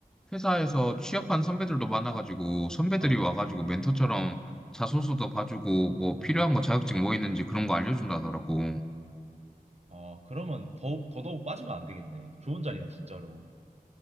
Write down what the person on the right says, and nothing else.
어.
음.
아, 그러면 더욱 더더욱 빠지면 안 되겠네. 좋은 자리네, 진짜로.